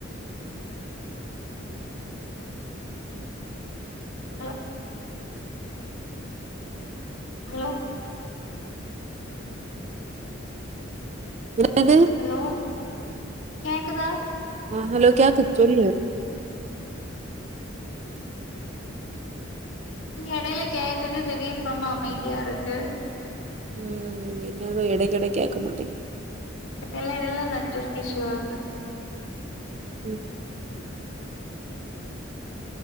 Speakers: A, on the left (about 80°); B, on the right (about 35°).
A: ஹலோ ஹலோ
B: என்னது
A: ஹலோ கேக்குதா
B: அ ஹலோ கேக்குது சொல்லு
A: எடையில கேக்குது திடீர்னு ரொம்ப அமைதியா இருக்கு
B: ம் என்னதோ எடைக்கெட கேட்க மாட்டேங்குது
A: எடலே எடலே நெட்வர்க் இஷ்யூ ஆவுது
B: ம்